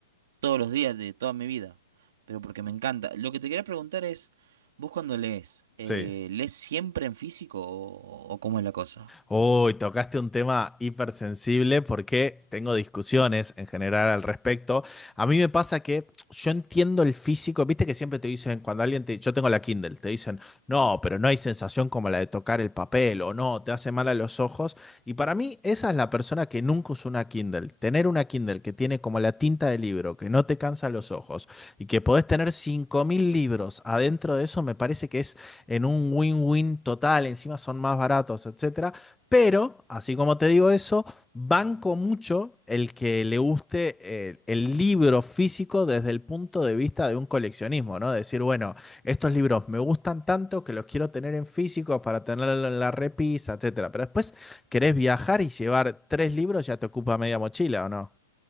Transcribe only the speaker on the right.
todos los días de toda mi vida, pero porque me encanta. Lo que te quería preguntar es, vos cuando lees, eh,
¿lees siempre en físico o, o cómo es la cosa?